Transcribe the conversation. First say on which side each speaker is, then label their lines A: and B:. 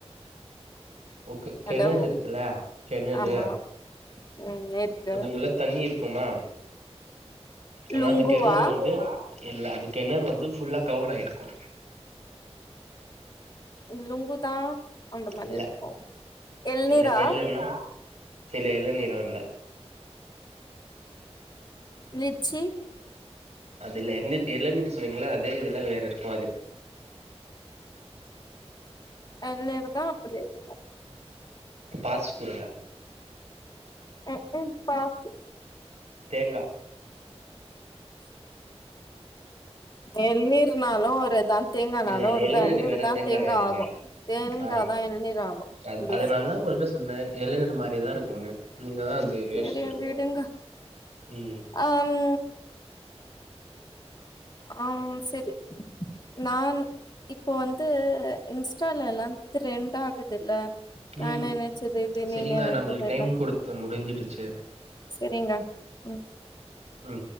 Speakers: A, on the right (about 85°); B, on the left (about 40°).
A: ஓகே
B: ஹலோ
A: கெணறு இருக்குல்ல கெணறு
B: ஆமா ம் இருக்கு
A: அதுக்குள்ள தண்ணி இருக்குமா ஆனா
B: லுங்குவா
A: அது கெணறு வந்து இல்ல அது கெணர் வந்து ஃபுல்லா கவர் ஆய்ருக்கு
B: லுங்குதா அந்த மாரி
A: இல்ல
B: இருக்கு எள்நீரா
A: இல்ல தெரியலன்னா இல்ல இளநீறு இல்ல
B: லிச்சி
A: அது இல்ல எள்நீர் இளநீர் சொன்னீங்கள அதே இதுல வேற இருக்கு அது
B: இளநீர் தா அப்டி இருக்கு
A: பாஸ் குடுங்க
B: அப்ற பாஸ்ஸு
A: தேங்கா
B: எள்நீர்னாலு ஒருதா தேங்கானாலு
A: இல்ல இல்ல
B: ஒருதா
A: இளநீர்
B: எள்நீர்தா
A: வேற
B: தேங்கா
A: வேறங்க.
B: ஆகு தேங்கா
A: ஆ
B: தா எள்நீர் ஆகு
A: அ
B: லூசு
A: அதனாலதா உங்கள்ட்ட சொன்ன இளநீர் மாரிதா இருக்குன்னு நீங்கதா அது
B: சரி
A: யோசிச்சிருக்கணும்.
B: விடுங்க
A: ம்.
B: அம் அம் சரி நான் இப்போ வந்து இன்ஸ்டால எல்லாம் ட்ரெண்ட் ஆகுதுல்ல
A: ம்.
B: நா நெனச்சது எதுமே
A: சரிங்க.
B: நெனச்சது
A: நம்மளுக்கு டைம்
B: எல்லாம்
A: குடுத்து
B: சரி
A: முடிஞ்சிடுச்சு
B: சரிங்க ம்
A: ம்